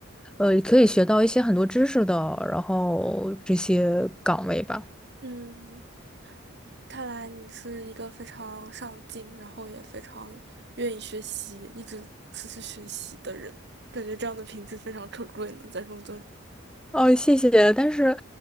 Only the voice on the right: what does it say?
嗯，看来你是一个非常上进，然后也非常愿意学习，一直持续学习的人，感觉这样的品质非常可贵呢，在工作。